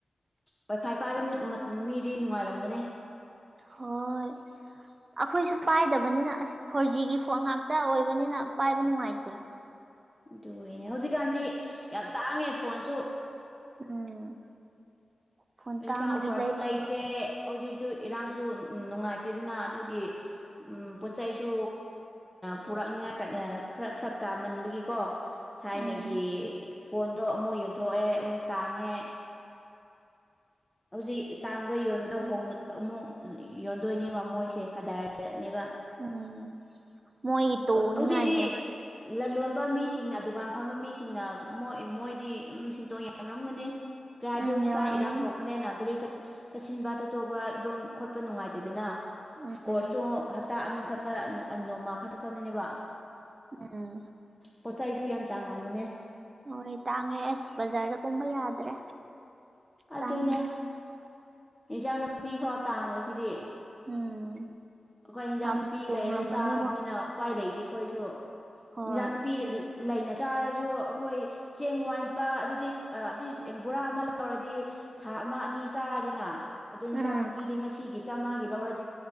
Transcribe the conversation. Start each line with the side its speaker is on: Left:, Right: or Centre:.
Centre: ꯋꯥꯏ ꯐꯥꯏ ꯄꯥꯏꯕ ꯃꯤꯗꯤ ꯅꯨꯡꯉꯥꯏꯔꯝꯒꯅꯤ
Right: ꯍꯣꯏ ꯑꯩꯈꯣꯏꯁꯨ ꯄꯥꯏꯗꯕꯅꯤꯅ ꯑꯁ ꯐꯣꯔ ꯖꯤꯒꯤ ꯐꯣꯟ ꯉꯥꯛꯇ ꯑꯣꯏꯕꯅꯤꯅ ꯄꯥꯏꯕ ꯅꯨꯡꯉꯥꯏꯇꯦ
Centre: ꯑꯗꯨꯅꯦ ꯍꯧꯖꯤꯛꯀꯥꯟꯗꯤ ꯌꯥꯝ ꯇꯥꯡꯉꯦ ꯐꯣꯟꯁꯨ
Right: ꯎꯝ ꯐꯣꯟ
Centre: ꯍꯧꯖꯤꯛꯀꯥꯟ
Right: ꯇꯥꯡꯕꯒꯤ
Centre: ꯑꯣꯐꯔꯁꯨ
Right: ꯂꯩꯕꯁꯨ
Centre: ꯂꯩꯇꯦ
Right: ꯉꯝꯗꯦ
Centre: ꯍꯧꯖꯤꯛꯇꯤ ꯏꯔꯥꯡꯁꯨ ꯅꯨꯡꯉꯥꯏꯇꯦꯗꯅ ꯑꯗꯨꯒꯤ ꯎꯝ ꯄꯣꯠ ꯆꯩꯁꯨ ꯄꯨꯔꯛꯅꯤꯉꯥꯏ ꯈꯔ ꯐꯔꯛ ꯇꯥꯃꯟꯕꯒꯤꯀꯣ ꯊꯥꯏꯅꯒꯤ
Right: ꯎꯝ
Centre: ꯐꯣꯟꯗꯣ ꯑꯃꯨꯛ ꯌꯣꯟꯊꯣꯛꯑꯦ ꯑꯃꯨꯛ ꯇꯥꯡꯉꯦ ꯍꯧꯖꯤꯛ ꯇꯥꯡꯕ ꯌꯣꯟꯕꯗꯣ ꯍꯣꯡꯅ ꯑꯃꯨꯛ ꯌꯣꯟꯗꯣꯏꯅꯦꯕ ꯃꯣꯏꯁꯦ ꯀꯗꯔꯅꯦꯕ
Right: ꯎꯝ ꯃꯣꯏꯒꯤ ꯇꯣꯡꯅꯤꯡꯉꯥꯏꯅꯦꯕ
Centre: ꯍꯧ- ꯍꯧꯖꯤꯛꯇꯤ ꯂꯂꯣꯟꯕ ꯃꯤꯁꯤꯡꯅ ꯗꯨꯀꯥꯟ ꯐꯝꯕ ꯃꯤꯁꯤꯡꯅ ꯃꯣꯏ ꯃꯣꯏꯗꯤ ꯁꯤꯡꯇꯣꯡ ꯌꯥꯔꯔꯝꯒꯅꯤ ꯀꯔꯦ ꯍꯥꯏꯕꯗꯤ
Right: ꯎꯝ
Centre: ꯍꯧꯖꯤꯛꯀꯥꯟ
Right: ꯌꯧꯔꯝꯒꯅꯤ
Centre: ꯏꯔꯥꯡ ꯊꯣꯛ ꯄꯨꯅꯦꯅ ꯒꯥꯔꯤ ꯆꯠꯁꯤꯟꯕ ꯇꯣꯇꯣꯛꯄ ꯑꯗꯨꯝ ꯈꯣꯠꯄ ꯅꯨꯡꯉꯥꯏꯇꯦꯗꯅ
Right: ꯎꯝ
Centre: ꯏꯁꯀꯣꯔꯁꯨ ꯍꯞꯇꯥ ꯑꯃꯈꯛꯇ ꯅꯣꯡꯃ ꯈꯛꯇꯇꯅꯅꯦꯕ
Right: ꯎꯝ
Centre: ꯄꯣꯠꯆ ꯆꯩꯁꯨ ꯌꯥꯝ ꯇꯥꯡꯔꯝꯕꯅꯦ
Right: ꯍꯣꯏ ꯇꯥꯡꯉꯦ ꯑꯁ ꯕꯖꯥꯔꯗ ꯀꯨꯝꯕ ꯌꯥꯗ꯭ꯔꯦ
Centre: ꯑꯗꯨꯅꯦ
Right: ꯇꯥꯡꯕ
Centre: ꯏꯟꯁꯥꯡ ꯅꯥꯄꯤ ꯐꯥꯎ ꯇꯥꯡꯉꯁꯤꯗꯤ
Right: ꯎꯝ
Centre: ꯑꯩꯈꯣꯏ ꯏꯟꯖꯥꯡ
Right: ꯌꯥꯝ
Centre: ꯅꯨꯄꯤ
Right: ꯇꯣꯡꯔꯝꯒꯅꯤ
Centre: ꯂꯩꯔ ꯆꯥꯕꯅꯤꯅ
Right: ꯃꯣꯏꯗꯤ
Centre: ꯎꯄꯥꯏ ꯂꯩ ꯑꯩꯈꯣꯏꯁꯨ
Right: ꯍꯣꯏ
Centre: ꯏꯟꯖꯥꯡ ꯅꯨꯄꯤ ꯂꯩꯅ ꯆꯥꯔꯁꯨ ꯑꯩꯈꯣꯏ ꯆꯦꯡ ꯋꯥꯟꯄ ꯑꯗꯨꯗꯤ ꯑꯗꯨꯏ ꯕꯣꯔꯥ ꯑꯃ ꯂꯧꯥꯎꯔꯗꯤ ꯊꯥ ꯑꯃ ꯑꯅꯤ ꯆꯥꯔꯗꯤꯅ ꯑꯗꯨ ꯏꯟꯁꯥꯡꯅ
Right: ꯎꯝ
Centre: ꯄꯤꯗꯦ ꯉꯁꯤꯒꯤ ꯆꯥꯝꯃꯉꯥꯒꯤ ꯂꯧꯔꯗꯤ